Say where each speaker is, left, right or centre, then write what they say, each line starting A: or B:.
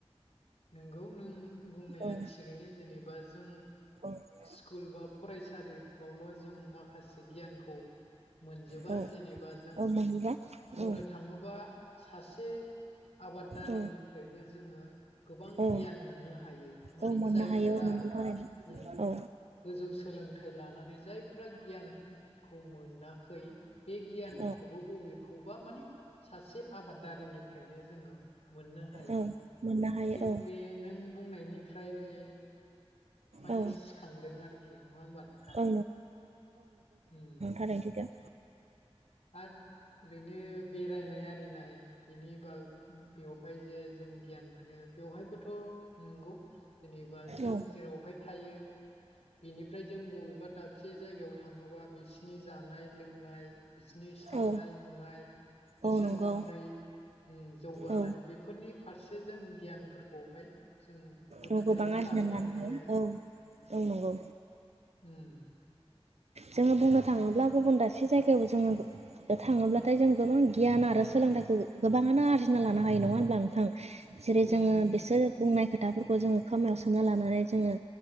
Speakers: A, on the left (about 85°); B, on the right (about 80°).
A: नोंगौ नों बुंनाया
B: औ
A: थिगैनो जेनेबा जों
B: औ
A: स्कुल बा फरायसालिफ्रावल' जों माखासे गियानखौ मोनजोबा
B: औ
A: जेनेबा जों
B: औ मोनबा
A: बुंनो
B: औ
A: थाङोबा सासे आबादारिनिफ्रायबो
B: औ
A: जोङो गोबां
B: औ
A: गियान मोननो हायो मानि
B: औ मोननो
A: जायफोरा
B: हायो औ नंगौ थारैनो
A: उम
B: औ
A: गोजौ सोलोंथाइ लानानै जायफ्रा गियान खौ मोनाखै बे गियानखौबो
B: औ
A: बबेखौबा माने सासे आबादारिनिफ्रायनो जोङो मोननो हायो।
B: औ मोननो हायो
A: थिग
B: औ
A: बे नों बुंनायनिफ्राय बे मानि
B: औ
A: सिखांदों आरोखि नङा होमबा नोंथां
B: औ
A: उम
B: आरोयदि दों
A: आ ओरैनो बेरायनाय आरिनाय बिनि बा बेवहाय जे जों गियान मोनो बेवहायबोथ' नंगौ जेनेबा जों
B: औ
A: जेरावहाय थायो बिनिफ्राय जों बबेबा दाबसे जायगायाव थाङोबा बिसिनि जानाय लोंनाय बिसोरनि साननाय
B: औ
A: हनाय बिसोर
B: औ नंगौ
A: माबोरै उ जौगानाय
B: औ
A: बेफोरनि फारसे जों गियानफोरखौहाय जों बुथुमनानै
B: औ गोबां आरजिनानै
A: लाबोनो
B: लानो
A: हायो आरो
B: औ औ नंगौ
A: उम
B: जोङो बुंनो थाङोब्ला गुबुन दाबसे जायगायाव जोङो थाङोब्लाथाय जों गोबां गियान आरो सोलोंथाइखौ गोबाङानो आरजिना लानो हायो नङा होमब्ला नोंथां जेरै
A: उम
B: जोङो
A: उम
B: बिसोर बुंनाय खोथाफोरखौ जोङो खोमायाव सोना लानानै जोङो